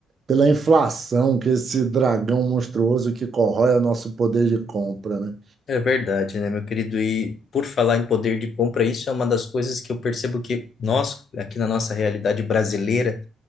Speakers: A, on the right; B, on the left.
A: pela inflação, que é esse dragão monstruoso que corrói o nosso poder de compra, né?
B: É verdade, né, meu querido? E por falar em poder de compra, isso é uma das coisas que eu percebo que nós, aqui na nossa realidade brasileira,